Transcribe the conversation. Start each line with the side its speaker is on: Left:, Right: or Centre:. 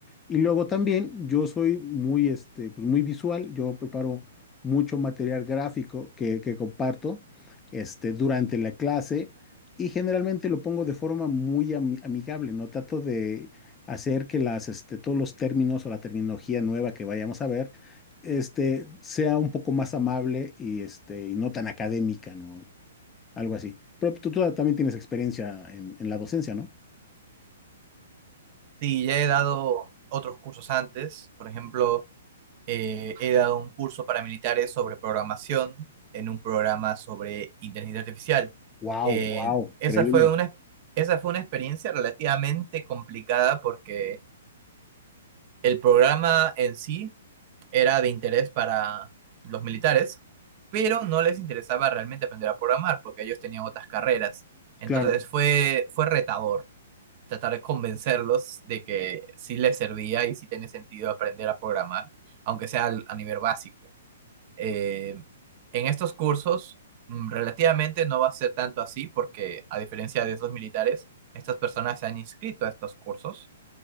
Left: Y luego también yo soy muy, este, pues, muy visual, yo preparo mucho material gráfico que, que comparto este, durante la clase y generalmente lo pongo de forma muy ami- amigable, ¿no? Trato de hacer que las, este, todos los términos o la terminología nueva que vayamos a ver este, sea un poco más amable y, este, y no tan académica, ¿no? algo así. Pero tú, tú también tienes experiencia en, en la docencia, ¿no?
Right: Sí, ya he dado otros cursos antes, por ejemplo, eh, he dado un curso para militares sobre programación en un programa sobre inteligencia artificial.
Left: Wow,
Right: Eh,
Left: wow,
Right: esa
Left: increíble.
Right: fue una, esa fue una experiencia relativamente complicada porque el programa en sí era de interés para los militares, pero no les interesaba realmente aprender a programar porque ellos tenían otras carreras. Entonces
Left: Claro,
Right: fue, fue retador tratar de convencerlos de que sí les servía y sí tiene sentido aprender a programar, aunque sea al- a nivel básico. Eh, en estos cursos mm, relativamente no va a ser tanto así porque a diferencia de esos militares, estas personas se han inscrito a estos cursos.